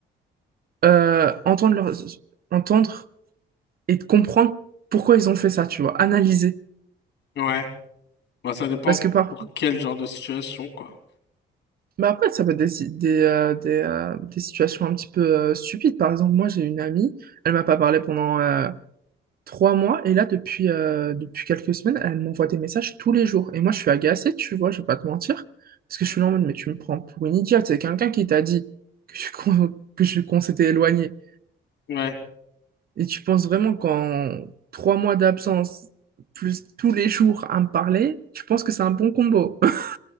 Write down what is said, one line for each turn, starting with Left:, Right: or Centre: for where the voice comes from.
Right: Euh, entendre, leur... entendre et comprendre pourquoi ils ont fait ça, tu vois. Analyser.
Left: Ouais, bah ça dépend
Right: Parce que parfois,
Left: pour quel genre de situation, quoi.
Right: Mais après, ça peut être des, si, des, euh, des, euh, des situations un petit peu euh, stupides. Par exemple, moi, j'ai une amie, elle m'a pas parlé pendant euh, trois mois, et là, depuis, euh, depuis quelques semaines, elle m'envoie des messages tous les jours. Et moi, je suis agacée, tu vois, je vais pas te mentir, parce que je suis là en mode, mais tu me prends pour une idiote. C'est quelqu'un qui t'a dit que je, qu'on <laughs> que je- qu'on s'était éloigné.
Left: Ouais,
Right: Et tu penses vraiment qu'en trois mois d'absence, plus tous les jours à me parler, tu penses que c'est un bon combo? <laughs>